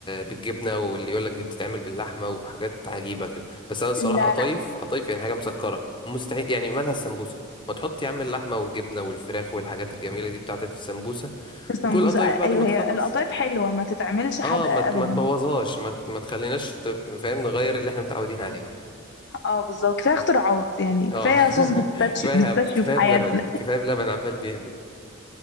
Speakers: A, on the left (about 20°); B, on the left (about 50°).
A: بالجبنة واللي يقولك دي بتتعمل باللحمة وحاجات عجيبة كده بس أنا الصراحة
B: لا
A: قطايف
B: لا
A: قطايف يعني حاجة مسكرة مستحيل يعني مالها السمبوسة ما تحط يا عم اللحمة والجبنة والفراخ والحاجات الجميلة دي بتاعتك في السمبوسة
B: السمبوسه
A: وكل القطايف
B: ايوه
A: بعد ما
B: هي
A: تخلص
B: القطايف حلوه ما تتعملش حادقه
A: اه ما
B: ابدا
A: ت- ما تبوظهاش ما ت- ما تخليناش ت- فاهم نغير اللي احنا متعودين عليه
B: اه بالظبط كفايه اختراعات يعني
A: اه
B: كفايه
A: <laughs>
B: صوص بيستاشيو
A: كفايه
B: بيستاشيو
A: هبد كفايه
B: في حياتنا
A: بلبن كفايه بلبن عمال بيهبد